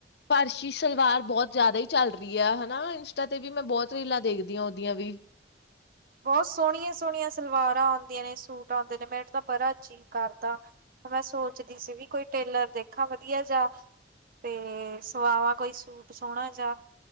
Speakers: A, on the left; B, on the right.
A: ਪਰਸ਼ੀ ਸਲਵਾਰ ਬਹੁਤ ਜ਼ਿਆਦਾ ਹੀ ਚੱਲ ਰਹੀ ਹੈ ਹਨਾ ਇੰਸਟਾ ਤੇ ਵੀ ਮੈਂ ਬਹੁਤ ਰੀਲਾਂ ਦੇਖਦੀ ਹਾਂ ਉਹਦੀਆਂ ਵੀ,
B: ਹ ਬਹੁਤ ਸੋਹਣੀਆਂ ਸੋਹਣੀਆਂ ਸਲਵਾਰਾਂ ਆਉਂਦੀਆਂ ਨੇ ਸੂਟ ਆਉਂਦੇ ਨੇ ਮੈਂ ਤਾਂ ਬੜਾ ਚੀਅ ਕਰਦਾ ਮੈਂ ਸੋਚਦੀ ਸੀ ਵੀ ਕੋਈ ਟੇਲਰ ਦੇਖਾਂ ਵਧੀਆ ਜਾ, ਤੇ ਸਵਾਵਾਂ ਕੋਈ ਸੂਟ ਸੋਹਣਾ ਜਾ,